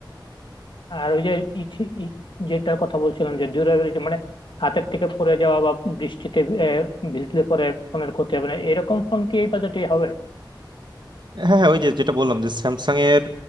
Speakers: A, on the left; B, on the right.
A: আর ওই যে ইচ- ই- যেটার কথা বলছিলাম যে ডিউরেবিলিটি মানে হাতের থেকে পড়ে যাওয়া বা বৃষ্টিতে আহ, ভিজলে পরে ফোনের ক্ষতি হবে না এরকম ফোন কি এই বাজেটে হবে
B: হ্যাঁ হ্যাঁ ওই যে যেটা বললাম যে স্যামসাং এর